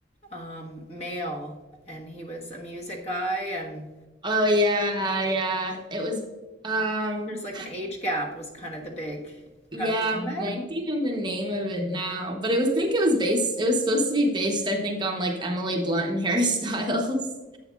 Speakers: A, on the left; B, on the right.
A: um male and he was a music guy and
B: Oh yeah, yeah. It was, um,
A: There's like an age gap was kind of the big premise
B: yeah,
A: on
B: I'm
A: it.
B: blanking on the name of it now, but it was, think it was based, it was supposed to be based, I think, on like Emily Blunt and Harry Styles. <laughs>